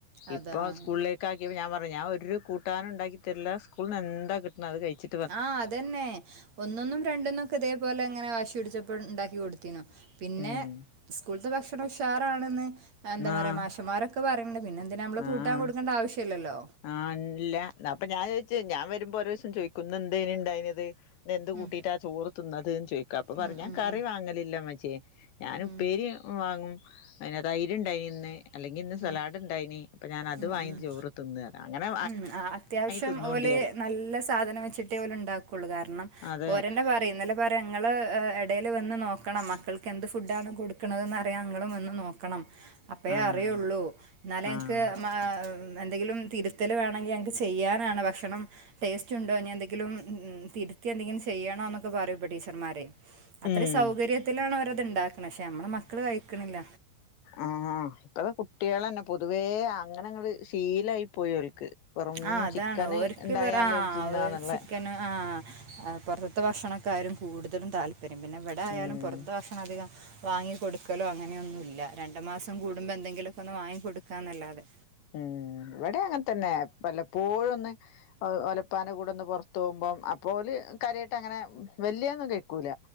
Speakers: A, on the right; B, on the left.
A: അതാ
B: ഇപ്പ
A: ആഹ്
B: സ്കൂൾലെ കാക്കിപ്പ ഞാൻ പർഞ്ഞു ഞാൻ ഒരു കൂട്ടാനും ഇണ്ടാക്കി തര്ല സ്കൂൽന്ന് എന്താ കിട്ടുന്നത് അത് കഴിചി
A: ആഹ് ഇതെന്നെ ഒന്നിന്നും രണ്ടിന്നും ഒക്കെ ഇതേപോലെ ഇങ്ങനെ വാശി പിടിച്ചപ്പൊ ഇണ്ടാക്കി കൊട്ത്തീനു പിന്നെ
B: ഉം
A: സ്കൂൾത്തെ ഭക്ഷണം ഉഷാറാണെന്ന് എന്ത
B: ആഹ്
A: പറയ മാഷന്മാരൊക്ക ഒക്കെ പറയ്ൺണ്ട് പിന്നെ എന്തിന ഞമ്മള്
B: ആഹ്
A: കൂട്ടാൻ കൊട്ക്കണ്ട ആവശ്യല്ലല്ലൊ
B: ആഹ് ഇല്ല അപ്പൊ ഞാൻ ചോദിച് ഞാൻ വരുമ്പോ ഓരോ ദിവസം ചോദിക്കും ന്ന് എന്തേനി ഉണ്ടായിനത് ഇന്ന് എന്ത്
A: ഉം
B: കൂട്ടീയിട്ട ചോറ് തിന്നത് ചോയിക്കും അപ്പൊ പറയിം
A: ഉം
B: ഞാൻ
A: ഉം
B: കറി
A: ഉം
B: വാങ്ങലില്ലമ്മചെ ഞാന്
A: ഉം
B: ഉപ്പേരി വാങ്ങും അതിനകത്ത് തൈര്ണ്ടായ്ന് ഇന്ന് അല്ലെങ്കി ഇന്ന് സലാഡ്
A: ഉം
B: ഇണ്ടായ്ന് അപ്പൊ ഞാന് അത്
A: ഉം
B: വാങ്ങീട്ട്
A: ഉം
B: ചോർ തിന്ന അങ്ങനെ
A: ഉം അത്യാവശ്യം
B: തിന്നോണ്ടി
A: ഓല്
B: പറയും
A: നല്ല സാധനം വെച്ചിട്ടെ ഓല് ഇണ്ടാക്കൊള്ളു കാര്ണം
B: അതെ
A: ഓരന്നെ പ റിം ഇന്നലെ പറ്യ ഇങ്ങള് എടേല് വന്ന് നോക്കണം മക്കൾക്ക് എന്ത് ഫുഡ്ഡ് ആണ് കൊടുക്കണതെന്ന് അറിയാ ഇങ്ങളും വന്ന് നോക്കണം ക്കണം അപ്പയെ
B: ആഹ്
A: അറിയൊള്ളു ഇന്നാലെ ഞങ്ങക്ക്
B: ആഹ്
A: മാ എന്തെങ്കിലും തിര് ത്തല് വേണങ്കി ഞങ്ങക്ക് ചെയ്യാനാണ് ഭക്ഷണം ടേസ്റ്റ് ഉണ്ടൊ ഇഞി എന്തെങ്കിലും ഉം തിരുത്തി എന്തെങ്കിലും ചെയ്യണോ ന്നൊക്കെ പറയുപ്പ ടീച്ചർമാര് അത്രയു
B: ഉം
A: സൗകര്യത്തിലാണ് അവരത് ഇണ്ടാക്ക്ണെ പക്ഷെ ഞമ്മള മക്കള് കഴിക്ക്ണില്ല
B: ആഹാ ഇപ്പൊ കുട്ടീളെന്നെ പൊതുവേ അങ്ങനങ്ങ്ട് ശീലായി പോയി ഓൽക്ക് വെറും
A: ആഹ് അതാണ്
B: ചിക്കന്
A: ഓർക്ക്
B: ഇണ്ടായാല്
A: ഇവറാ
B: ഓല് തിന്നാന്ന്ള്ളെ
A: ഔ ചിക്കനാ ആഹ് പൊറ്ത്ത്ത്തെ ഭക്ഷണൊക്കാരും കൂടുതലും താല്പര്യം പിന്നെ ഇവടായാലും
B: ഉം
A: പൊറ്ത് ഭക്ഷണം അധികം വാങ്ങിക്കൊടുക്കലും അങ്ങനൊന്നുല്ല രണ്ട് മാസം കൂടുമ്പൊ എന്തെങ്കിലൊക്ക ഒന്ന് വാങ്ങി കൊടുക്കാന്നല്ലാതെ
B: ഉം ഇവടെ അങ്ങൻ തന്നെ വല്ലപ്പോഴും ഒന്ന് ഒലപ്പാൻ്റെ കൂടെന്ന് പൊർത്ത് പൊർത്ത് പോവുമ്പം അപ്പോ ഓല് കാര്യായിട്ട് അങ്ങനെ വല്യേന്നും കയിക്കൂല